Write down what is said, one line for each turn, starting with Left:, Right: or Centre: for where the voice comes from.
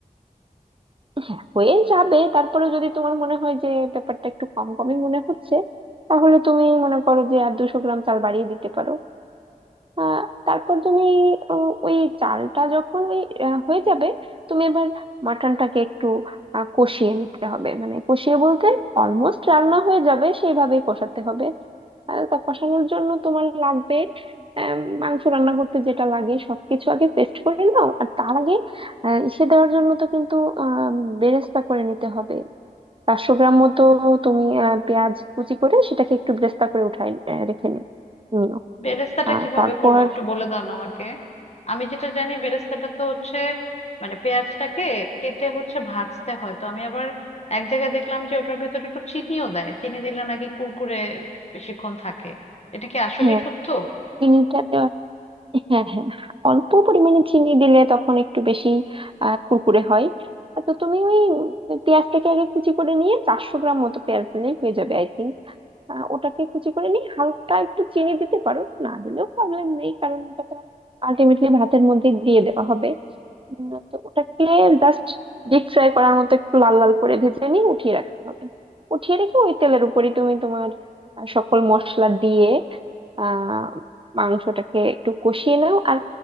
Right: হ্যাঁ হয়ে যাবে তারপরে যদি তোমার মনে হয় যে ব্যাপারটা একটু কম কমই মনে হচ্ছে তাহলে তুমি মনে করো যে আর দুশো গ্রাম চাল বাড়িয়ে দিতে পারো আহ, তারপর তুমি আহ, ওই চালটা যখন ওই আহ, হয়ে যাবে তুমি এবার মাটনটাকে একটু আহ, কষিয়ে নিতে হবে মানে কষিয়ে বলতে অলমোস্ট রান্না হয়ে যাবে সেইভাবেই কষাতে হবে আর তা কষানোর জন্য তোমার লাগবে আহ, মাংস রান্না করতে যেটা লাগে সবকিছু আগে পেস্ট করে নাও আর তার আগে আহ, ইসে দেওয়ার জন্য তো কিন্তু আহ বেরেস্তা করে নিতে হবে চারশো গ্রাম মতো তুমি আহ, পেঁয়াজ কুচি করে সেটাকে একটু বেরেস্তা করে উঠাই আহ, রেখে নি- নিও
Left: বেরেস্তাটা
Right: আহ,
Left: কিভাবে
Right: তারপর
Left: করবো একটু বলে দাও না আমাকে আমি যেটা জানি বেরেস্তাটা তো হচ্ছে মানে পেঁয়াজটাকে কেটে হচ্ছে ভাজতে হয় তো আমি আবার এক জায়গায় দেখলাম যে ওটার ভেতরে একটু চিনিও দেয় চিনি দিলে নাকি কুরকুরে বেশিক্ষণ থাকে এটা কি আসলেই
Right: হ্যাঁ
Left: সত্য
Right: চিনিটা দেওয়া হ্যাঁ হ্যাঁ অল্প পরিমাণে চিনি দিলে তখন একটু বেশি আহ, কুরকুরে হয় তো তুমি ওই উম, পেঁয়াজটাকে আগে কুচি করে নিয়ে চারশো গ্রাম মতো পেঁয়াজ দিলেই হয়ে যাবে আই থিঙ্ক ওটাকে কুচি করে নিয়ে হালকা একটু চিনি দিতে পারো না দিলেও প্রবলেম নেই কারণ ওটা তো আলটিমেটলি ভাতের মধ্যে দিয়ে দেওয়া হবে উম, তো ওটাকে জাস্ট ডিপ ফ্রাই করার মতো একটু লাল লাল করে ভেজে নিয়ে উঠিয়ে রাখতে হবে উঠিয়ে রেখে ওই তেলের উপরই তুমি তোমার আহ, সকল মশলা দিয়ে আহ মাংসটাকে একটু কষিয়ে নাও আর